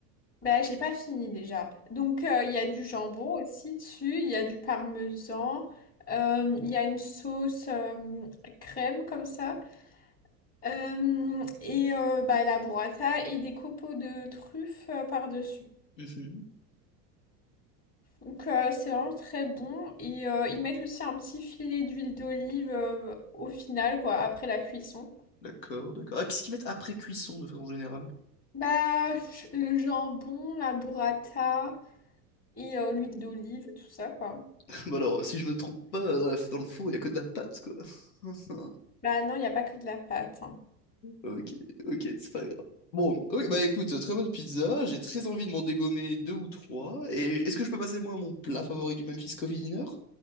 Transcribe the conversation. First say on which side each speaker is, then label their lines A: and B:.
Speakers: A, on the left; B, on the left.
A: Ben, j'ai pas fini déjà. Donc, euh, il y a du jambon aussi dessus, il y a du parmesan, euh, il y a une sauce euh, crème comme ça. Euh, et euh, bah, la burrata et des copeaux de truffes euh, par-dessus.
B: Mhm.
A: Donc euh, c'est vraiment très bon. Et euh, ils mettent aussi un petit filet d'huile d'olive euh, au final, quoi, après la cuisson.
B: D'accord, d'accord. Ah, qu'est-ce qu'ils mettent après cuisson de façon générale?
A: Bah, ch- le jambon, la burrata et euh, l'huile d'olive, tout ça, quoi.
B: <laughs> Bah alors, si je me trompe pas, dans la- dans le four, il y a que de la pâte, quoi. <laughs>
A: Bah non, il n'y a pas que de la pâte. hein.
B: Ok, ok, c'est pas grave. Bon, ok, bah écoute, très bonne pizza, j'ai très envie de m'en dégommer deux ou trois, et est-ce que je peux passer moi à mon plat favori du Memphis Coffee Dinner?